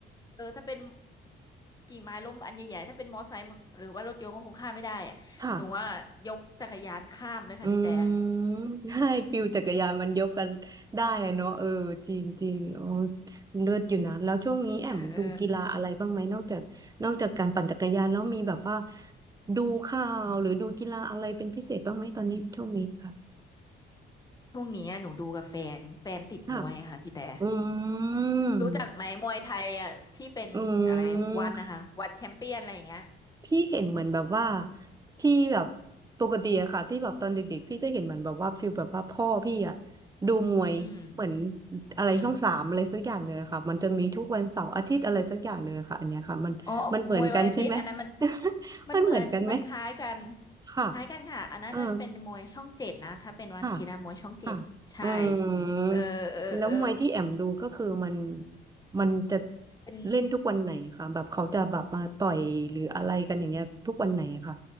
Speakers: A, on the left; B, on the right.
A: เออถ้าเป็นกิ่งไม้ล้มอันใหญ่ๆถ้าเป็นมอไซค์หรือว่ารถยนต์ก็คงข้ามไม่ได้อะหนูว่ายกจักรยานข้ามเลยค่ะพี่แต่
B: ค่ะ อืม <laughs> ใช่ฟิลจักรยานมันยกกันได้อะเนาะเออจริงจริงโอ้เลิศอยู่นะแล้วช่วงนี้แอมดูกีฬาอะไรบ้างไหมนอกจากนอกจากการปั่นจักรยานแล้วมีแบบว่า
A: เออเออ
B: ดูข่าวหรือดูกีฬาอะไรเป็นพิเศษบ้างไหมตอนนี้ช่วงนี้ค่ะ
A: ช่วงนี้อะหนูดูกับแฟนแฟนติดมวยค่ะพี่แต่
B: ค่ะอืม
A: รู้จักไหมมวยไทยอ่ะที่เป็นอะไรวันนะคะวันแชมเปี้ยนอะไรอย่างเงี้ย
B: อืม พี่เห็นเหมือนแบบว่าที่แบบปกติอะค่ะที่แบบตอนเด็กๆพี่จะเห็นเหมือนแบบว่าฟีลแบบว่าพ่อพี่อะดูมวยเหมือน
A: อืม
B: อะไรช่องสามอะไรสักอย่างเนื้อะค่ะมันจะมีทุกวันเสาร์อาทิตย์อะไรสักอย่างเนื้อะค่ะอันเนี้ยค่ะมันมันเหมือนกันใช่ไหม
A: อืมอ๋อมวยวันอาทิตย์อันนั้นมัน
B: <laughs>
A: มันเหมือนมันคล้ายกัน
B: มันเหมือนกันไหมค่ะ
A: คล้ายกันค่ะอันนั้นมันเป็นมวยช่องเจ็ดนะถ้าเป็นวันอาทิตย์นะมวยช่องเจ็ดใช่
B: เออค่ะค่ะอืม
A: เออเออเออ
B: แล้วมวยที่แอมดูก็คือมันมันจะ
A: เป็น
B: เล่นทุกวันไหนคะแบบเขาจะแบบมาต่อยหรืออะไรกันอย่างเงี้ยทุกวันไหนคะ